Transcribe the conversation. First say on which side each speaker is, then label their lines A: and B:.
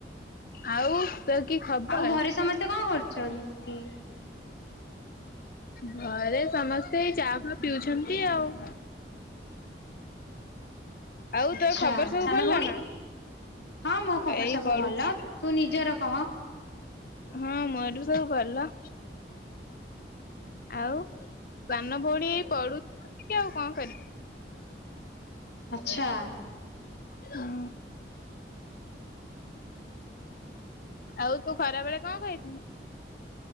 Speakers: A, on the left; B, on the left.
A: ଆଉ <unintelligible> ଖବର?
B: ଆଉ ଘରେ ସମସ୍ତେ କଣ କରୁଛନ୍ତି?
A: ଘରେ ସମସ୍ତେ ଚା ଫ ପିଉଛନ୍ତି। ନ୍ତି ଆଉ। ଆଉ ତୋର
B: ଆଛା
A: ଖବର ସବୁ
B: ସାନ
A: ଭଲ
B: ଭଉଣୀ?
A: ନା?
B: ହଁ ମୋ ଖବର
A: ଏଇ
B: ସବୁ
A: ପଡୁଛି।
B: ଭଲ ତୁ ନିଜର କହ।
A: ହଁ ମୋର ବି ସବୁ ଭଲ। ଆଉ ସାନ ଭଉଣୀ ପଡୁଛି ଆଉ ଟିକେ ଆଉ କଣ କରିବି?
B: ଆଛା।
A: ହୁଁ। ଆଉ ତୁ ଖରା ବେଳେ କଣ ଖାଇଛୁ?